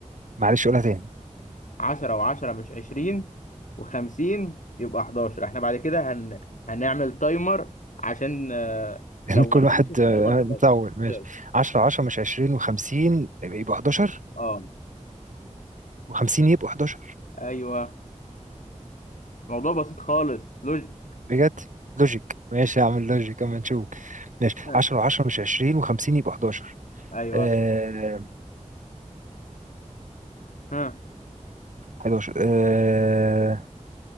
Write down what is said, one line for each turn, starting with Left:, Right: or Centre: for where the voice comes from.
Right: معلش قولها تاني
Left: 10 و10 مش 20 و50 يبقى 11 احنا بعد كده هن... هنعمل تايمر عشان آه،
Right: يعني
Left: لو
Right: كل
Left: ما
Right: واحد
Left: حلتش من التايمر
Right: آه،
Left: تبقى
Right: نطول ماشي
Left: تخسر.
Right: 10 10 مش 20 و50 يبقوا 11
Left: اه
Right: و50 يبقوا 11
Left: ايوه الموضوع بسيط خالص لوجيك
Right: بجد لوجيك ماشي هعمل لوجيك اما نشوف ماشي
Left: ها،
Right: 10 و10 مش 20 و50 يبقوا 11
Left: ايوه
Right: آه
Left: ها
Right: 11 آه